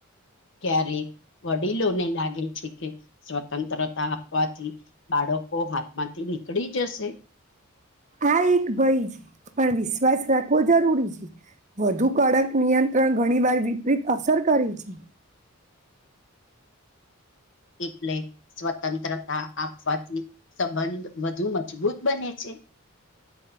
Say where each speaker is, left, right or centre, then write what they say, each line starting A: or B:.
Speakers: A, on the left (about 60°); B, on the right (about 35°).
A: ક્યારે વડીલોને લાગે છે, કે સ્વતંત્રતા આપવાથી બાળકો હાથમાંથી નીકળી જશે
B: આ એક ભય છે, પણ વિશ્વાસ રાખવો જરૂરી છે. વધુ કડક નિયંત્રણ ઘણી વાર વિપરીત અસર કરે છે.
A: એટલે સ્વતંત્રતા આપવાથી સંબંધ વધુ મજબૂત બને છે.